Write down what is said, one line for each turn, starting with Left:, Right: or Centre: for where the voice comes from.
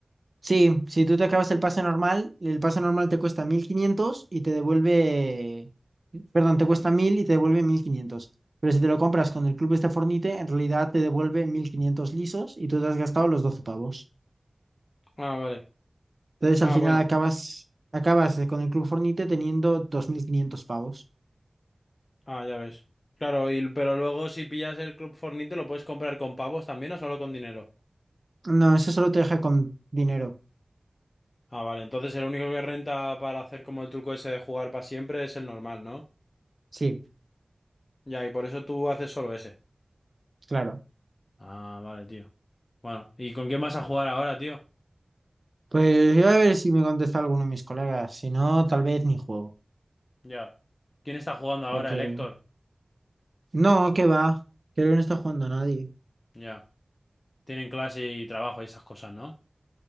Right: Sí, si tú te acabas el pase normal, el pase normal te cuesta 1500 y te devuelve, perdón, te cuesta 1000 y te devuelve 1500. Pero si te lo compras con el Club este Fornite, en realidad te devuelve 1500 lisos y tú te has gastado los 12 pavos.
Left: Ah, vale.
Right: Entonces
Left: Ah,
Right: al final
Left: bueno.
Right: acabas, acabas eh, con el Club Fornite teniendo 2500 pavos.
Left: Ah, ya ves. Claro, y, pero luego si pillas el Club Fortnite, ¿lo puedes comprar con pavos también o solo con dinero?
Right: No, eso solo te deja con dinero.
Left: Ah, vale, entonces el único que renta para hacer como el truco ese de jugar para siempre es el normal, ¿no?
Right: Sí,
Left: Ya, y por eso tú haces solo ese.
Right: claro.
Left: Ah, vale, tío. Bueno, ¿y con quién vas a jugar ahora, tío?
Right: Pues voy a ver si me contesta alguno de mis colegas. Si no, tal vez ni juego.
Left: Ya. ¿Quién está jugando ahora,
Right: Porque
Left: el Héctor?
Right: No, que va. Creo que no está jugando a nadie.
Left: Ya. Tienen clase y trabajo y esas cosas, ¿no?